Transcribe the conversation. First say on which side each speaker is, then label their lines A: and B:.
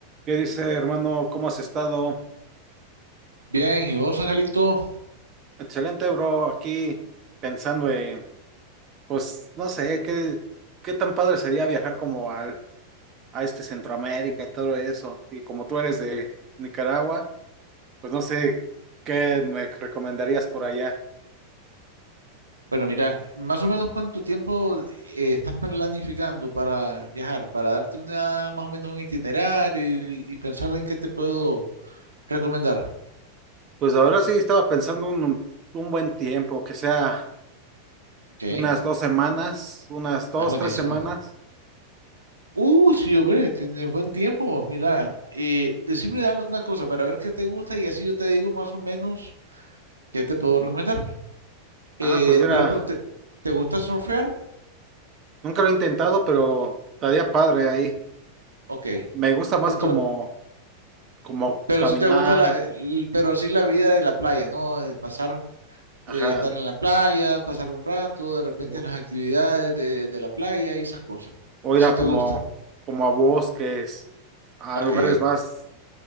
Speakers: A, on the right; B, on the right.
A: ¿Qué dice, hermano? ¿Cómo has estado?
B: Bien, ¿y vos, Angelito?
A: Excelente, bro. Aquí pensando en, pues, no sé, qué, qué tan padre sería viajar como al, a este Centroamérica y todo eso. Y como tú eres de Nicaragua, pues no sé qué me recomendarías por allá.
B: Bueno, mira, más o menos cuánto tiempo eh, estás planificando para viajar, para darte una, más o menos un itinerario y, y pensar en qué te puedo recomendar.
A: Pues la verdad sí estaba pensando un, un buen tiempo, que sea
B: Ok,
A: unas dos semanas, unas dos,
B: ah, buenísimo.
A: tres semanas.
B: Uh, sí, hombre, tienes buen tiempo. vos, Mira, eh, decime una una cosa para ver qué te gusta y así yo te digo más o menos qué te puedo recomendar. Eh,
A: Ah, pues mira,
B: por ejemplo, ¿te, te gusta surfear?
A: nunca lo he intentado, pero estaría padre ahí.
B: Ok,
A: Me gusta más
B: entonces,
A: como como
B: pero
A: caminar,
B: si te gusta la, el- pero sí la vida de la playa, ¿no? De pasar
A: ajá,
B: eh, estar en la playa, pasar un rato, de repente
A: o,
B: en las actividades de, de la playa y esas cosas.
A: o
B: Si
A: ir a
B: te
A: como,
B: gusta.
A: como a bosques, a
B: Ok.
A: lugares más,